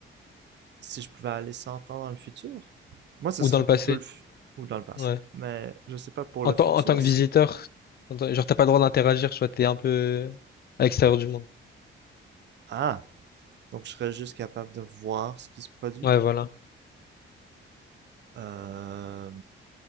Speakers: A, on the right; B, on the left.
A: Si je pouvais aller 100 ans dans le futur, moi ce
B: Ou
A: serait
B: dans le passé.
A: plutôt le fu- ou dans le passé.
B: Ouais.
A: Mais je sais pas pour
B: En,
A: le
B: tant-
A: futur,
B: en tant que visiteur,
A: c'est
B: en tant- genre t'as pas le droit d'interagir, tu vois, t'es un peu à l'extérieur du monde.
A: ah donc je serais juste capable de voir ce qui se produit.
B: Ouais, voilà.
A: Euh...